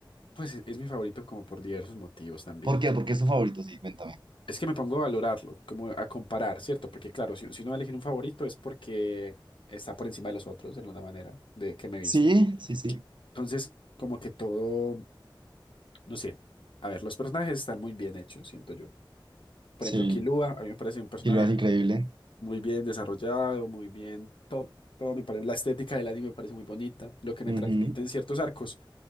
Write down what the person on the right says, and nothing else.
¿Por qué? Porque es tu favorito, sí, cuéntame.
Sí, sí, sí.
Sí,
y lo hace increíble.
Ujú.